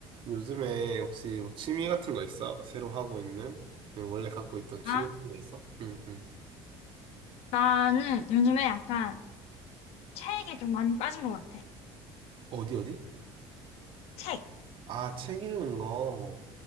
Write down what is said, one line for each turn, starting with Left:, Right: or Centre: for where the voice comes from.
Right: 요즘에 혹시 뭐 취미 같은 거 있어? 새로 하고 있는? 아니, 원래 갖고 있던
Left: 나?
Right: 취미 같은 거 있어? 응, 응.
Left: 나는 요즘에 약간 책에 좀 많이 빠진 것 같아.
Right: 어디, 어디?
Left: 책.
Right: 아, 책 읽는 거.